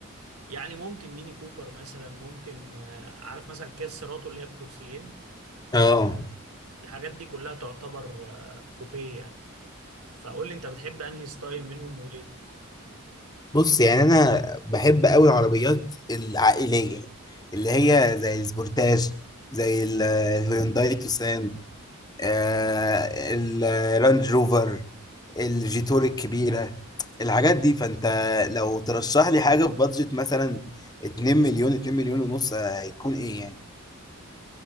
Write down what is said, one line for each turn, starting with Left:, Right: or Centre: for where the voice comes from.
Right: يعني ممكن ميني كوبر مثلا ممكن آه، عارف مثلا كيا سيراتو اللي هي بكرسيين
Left: اه
Right: الحاجات دي كلها تعتبر آه، كوبيه يعني فقول لي انت بتحب انهي ستايل منهم وليه
Left: بص يعني انا بحب قوي العربيات العائليه اللي هي زي السبورتاج زي ال- الهيونداي توسان آه، الرانج روفر الجيتور الكبيرة الحاجات دي فانت لو ترشح لي حاجة في بادجت مثلا 2 مليون 2 مليون ونص آه، هيكون ايه يعني